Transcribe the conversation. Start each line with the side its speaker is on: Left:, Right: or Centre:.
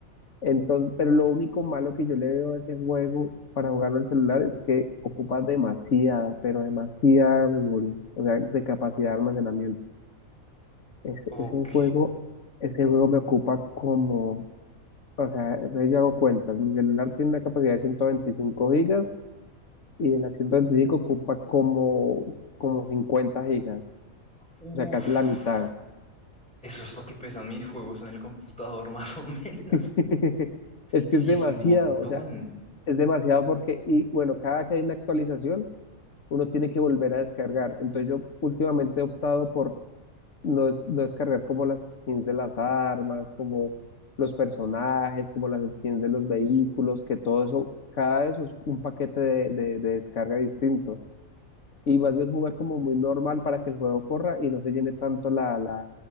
Left: Entonces, pero lo único malo que yo le veo a ese juego para jugarlo en el celular es que ocupa demasiada, pero demasiada memoria, o sea, de capacidad de almacenamiento. Ese,
Centre: Ok,
Left: ese juego, ese juego me ocupa como, o sea, entonces yo hago cuentas, mi celular tiene una capacidad de 125 gigas y en las 125 ocupa como, como 50 gigas,
Centre: uff,
Left: o sea, casi la mitad.
Centre: eso es lo que pesan mis juegos en el computador, <laughs> más o menos.
Left: <laughs> Es
Centre: Sí,
Left: que es demasiado,
Centre: es un montón.
Left: o sea, es demasiado porque, y bueno, cada que hay una actualización, uno tiene que volver a descargar. Entonces yo últimamente he optado por no, des- no descargar como las skins de las armas, como los personajes, como las skins de los vehículos, que todo eso, cada eso es un paquete de, de- de descarga distinto. Y más bien jugar como muy normal para que el juego corra y no se llene tanto la, la,